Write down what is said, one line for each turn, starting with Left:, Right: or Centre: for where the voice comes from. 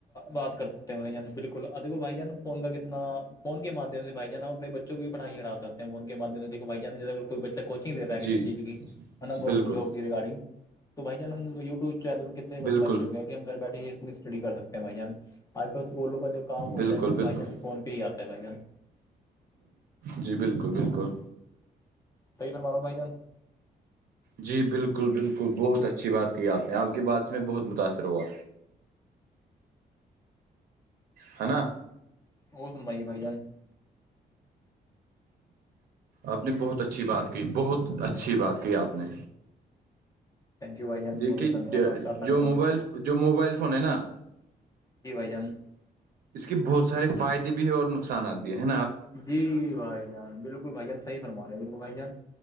Left: بات کر سکتے ہیں بھائی جانا بالکل دیکھو بھائی جان فون کا کتنا فون کے مادھیم سے بھائی جان اپنے بچوں کو بھی پڑھای کرا اپنےفون کے مدھیام سے دیکھو بھی جان کوئی بچہ کوچنگ لے رہا
Right: جی
Left: کسی چیز کی ہے نا گورنمنٹ
Right: بالکل
Left: جاب کی ریگارڈنگ تو بھائی جان ہم یوٹوب چینل کتنے بن
Right: بالکل
Left: چکے ہیں کہ ہم گھر بیٹھے ہیں اسٹڈی کر سکتے ہیں بھائی جان آج کل اسکولوں کا جو کام ہوتا
Right: بالکل
Left: ہے وہ بھی
Right: بالکل
Left: بھائی جان فون پہ ہی آتا ہے بھائی جان
Right: جی بالکل بالکل
Left: صحیح فرما رہے بھائی جان
Right: جی بالکل بالکل بہت اچھی بات کہی آپنے آپ کی بات سے میں بہت متاثر ہوا ہے نا
Left: اور سن بائیے بھائی جان <unintelligible>
Right: آپ نے بہت اچھی بات کہی بہت اچھی بات کہی آپ نے
Left: تھنک یو بھائی جان
Right: دیکھیے
Left: بہت بہت دھنیہ واد آپ کا ت
Right: جو
Left: <unintelligible>
Right: موبائل جو موبائل فون ہے نا
Left: جی بھائی جان
Right: اس کے بہت سارے فائدہ بھی ہیں اور نق نقصانات بھی ہیں
Left: جی بھائی جان بالکل بھائی جان صحیح فرما رہے ہیں بالکل بھائی جان